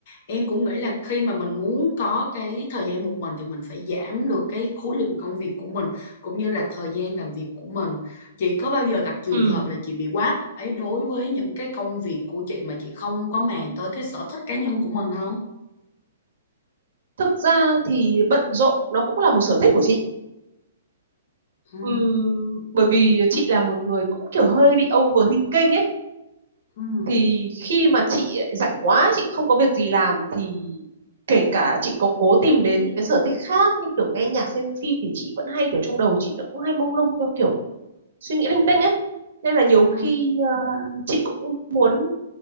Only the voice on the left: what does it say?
Em cũng nghĩ là khi mà mình muốn có cái thời gian một mình thì mình phải giảm được cái khối lượng công việc của mình cũng như là thời gian làm việc của mình. Chị có bao giờ gặp trường
hợp là chị bị quá tải đối với những cái công việc của chị mà chị không có màng tới cái sở thích cá nhân của mình không?
Ừ,
ừ,
ừ,